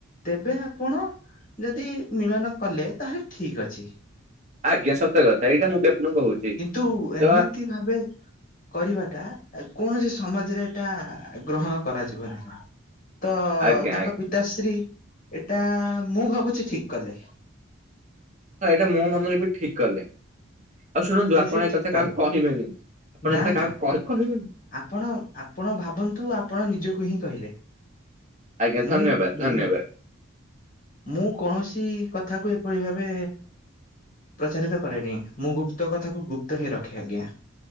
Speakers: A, on the left (about 40°); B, on the right (about 35°).
A: ତେବେ ଆପଣ ଯଦି ମିଳନ କଲେ, ତାହେଲେ ଠିକ ଅଛି।
B: ଆଜ୍ଞା ସତ କଥା ଏଇଟା ମୁଁ ବି ଆପଣଙ୍କୁ କହୁଛି।
A: କିନ୍ତୁ
B: ତ
A: ଏମିତି ଭାବେ କରିବାଟା କୌଣସି ସମାଜରେ ଏଇଟା ଗ୍ରହଣ କରାଯିବ ନାହିଁ। ତ
B: ଆଜ୍ଞା
A: ତାଙ୍କ
B: ଆଜ୍ଞା
A: ପିତାଶ୍ରୀ ଏଟା ମୁଁ ଭାବୁଛି ଠିକ କଲେ।
B: ହ ଏଇଟା ମୋ ମନରେ ବି ଠିକ କଲେ, ଆଉ ଶୁଣନ୍ତୁ
A: ପିତାଶ୍ରୀ
B: ଆପଣ ଏ
A: ଠିକ
B: କଥା
A: କଲେ
B: କାହାକୁ କହିବେନି। ଆପଣ
A: ନା
B: ଏକଥା
A: ନା
B: କାହାକୁ କହି କହିବେନି
A: ଆପଣ, ଆପଣ ଭାବନ୍ତୁ ଆପଣ ନିଜକୁ ହିଁ କହିଲେ।
B: ଆଜ୍ଞା,
A: ମୁଁ
B: ଧନ୍ୟବାଦ, ଧନ୍ୟବାଦ।
A: ମୁଁ କୌଣସି କଥାକୁ ଏପରି ଭାବେ ପ୍ରଚାରିତ କରେନି ମୁଁ ଗୁପ୍ତ କଥାକୁ ଗୁପ୍ତ ହିଁ ରଖେ। ଆଜ୍ଞା।